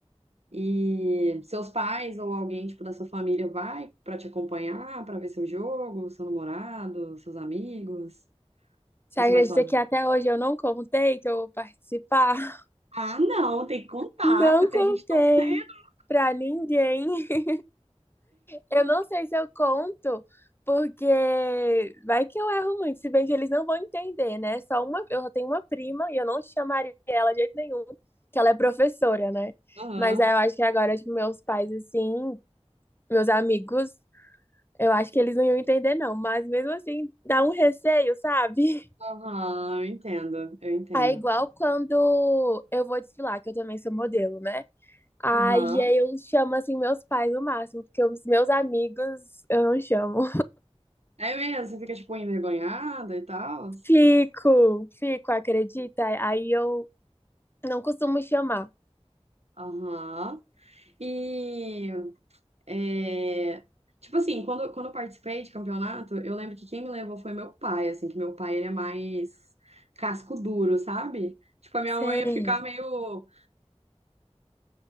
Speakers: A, on the right; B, on the left.
A: E seus pais ou alguém, tipo, da sua família vai pra te acompanhar, pra ver seu jogo, seu namorado, seus amigos?
B: Você
A: Ou
B: acredita
A: você vai sozinho?
B: que até hoje eu não contei que eu vou participar?
A: Ah, não, tem que contar
B: Não
A: pra ter
B: contei
A: gente torcendo.
B: pra ninguém. Eu não sei se eu conto, porque vai que eu erro muito, se bem que eles não vão entender, né? Só uma, eu só tenho uma prima e eu não chamaria ela de jeito nenhum, que ela é professora, né?
A: Aham.
B: Mas aí eu acho que agora, tipo, meus pais, assim, meus amigos, eu acho que eles não iam entender, não. Mas mesmo assim, dá um receio, sabe? <laughs>
A: Aham, eu entendo, eu entendo.
B: É igual quando eu vou desfilar, que eu também sou modelo, né? Aí
A: Aham.
B: aí eu chamo, assim, meus pais no máximo, porque os meus amigos eu não chamo.
A: É mesmo, você fica, tipo, envergonhada e tal?
B: Fico, fico, acredita? Aí eu não costumo chamar.
A: Aham. E, é, tipo assim, quando, quando eu participei de campeonato, eu lembro que quem me levou foi meu pai, assim, que meu pai, ele é mais casco duro, sabe? Tipo, a minha
B: Sei.
A: mãe ia ficar meio...